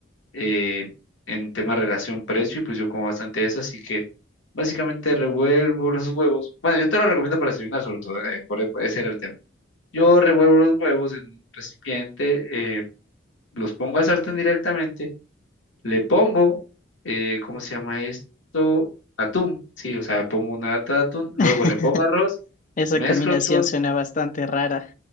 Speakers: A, on the left; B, on the left.
A: eh, en tema relación precio y pues yo como bastante eso, así que básicamente revuelvo los huevos, bueno, yo te lo recomiendo para desayunar sobre todo, eh, por, e, ese era el tema. Yo revuelvo los huevos en un recipiente, eh, los pongo al sartén directamente, le pongo, eh, ¿cómo se llama esto? Atún, sí, o sea, pongo una lata de atún, luego
B: <laughs>
A: le pongo arroz,
B: Esa
A: mezclo
B: combinación
A: todo.
B: suena bastante rara,